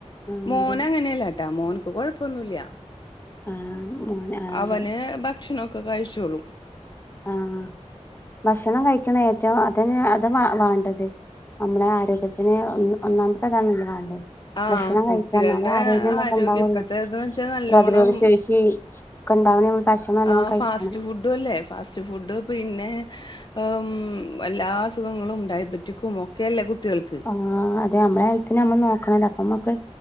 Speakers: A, on the left; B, on the left.
A: ആഹ്
B: മോനങ്ങനെയല്ലാട്ടാ
A: അതെ
B: മോൻക്ക് കൊഴപ്പൊന്നുല്ല
A: ആഹ് മോന് ആഹ്
B: അവന്
A: അതെ
B: ഭക്ഷണമൊക്കെ കഴിച്ചോളും
A: ആഹ് ഭക്ഷണം കഴിക്കണം ഏറ്റവും അതിന് അത് വ വേണ്ടത് നമ്മളെ ആരോഗ്യത്തിന് ഒന്നാമത്തെ അതാണല്ലോ വാണ്ടത്
B: ആഹ്
A: ഭക്ഷണം
B: കുട്ടികളുടെ
A: കഴിക്കാ എന്നാലെ ആരോഗ്യം ഇതൊക്കെ ഉണ്ടാവുള്ളൂ
B: ഇപ്പത്തെ ഇത് വെച്ചാ നല്ലോണം
A: പ്രതിരോധ ശേഷി ഒക്കെ ഉണ്ടാവണേ ഭക്ഷണം നല്ലോണം
B: ആഹ്
A: കഴിക്കണം
B: ഫാസ്റ്റ് ഫുഡ് ല്ലേ ഫാസ്റ്റ് ഫുഡ് പിന്നെ മ്മ് എല്ലാ അസുഖങ്ങളും ഡയബറ്റിക്കും ഒ ക്കെ അല്ലെ കുട്ടികള്ക്ക്
A: ആഹ് അതെ ഞമ്മാ കാര്യത്തിന് ഞമ്മാ നോക്കണം അപ്പൊ ഞമ്മക്ക്